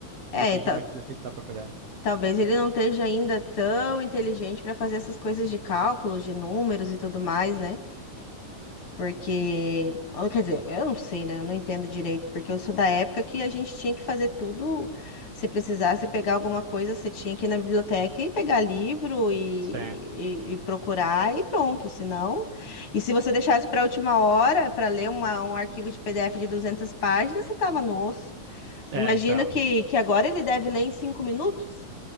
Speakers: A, on the left (about 45°); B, on the right (about 60°).
A: É,
B: Depende
A: ta-
B: muito do que tu tá procurando.
A: talvez ele não esteja ainda tão inteligente para fazer essas coisas de cálculos, de números e tudo mais, né? Porque, ah, quer dizer, eu não sei, né? Eu não entendo direito, porque eu sou da época que a gente tinha que fazer tudo. Se precisasse pegar alguma coisa, você tinha que ir na biblioteca e pegar livro e,
B: Sim.
A: e- e procurar e pronto. Se não, e se você deixasse para a última hora para ler uma- um arquivo de PDF de 200 páginas, você tava no osso.
B: É,
A: Imagina
B: então.
A: que, que agora ele deve ler em cinco minutos.